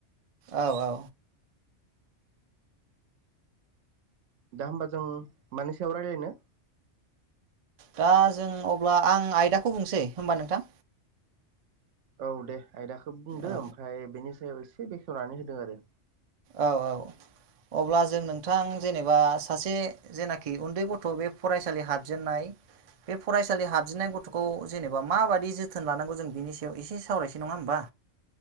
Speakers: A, on the right (about 60°); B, on the right (about 75°).
A: औ औ।
B: दा होमबा जों मानि सायाव रायलायनो?
A: दा जों अब्ला आं आयदाखौ बुंसै होमबा नोंथां।
B: औ दे आयदाखौ बुंदो
A: औ
B: ओमफ्राय बेनि सायाव एसे बेखेवनानै होदों आरो।
A: औ औ अब्ला जों नोंथां जेनेबा सासे जेनाखि उन्दै गथ' बे फरायसालि हाबजेननाय बे फरायसालि हाबजेननाय गथ'खौ जेनेबा माबादि जोथोन लानांगौ जों बेनि सायाव एसे सावरायसै, नङा होमबा?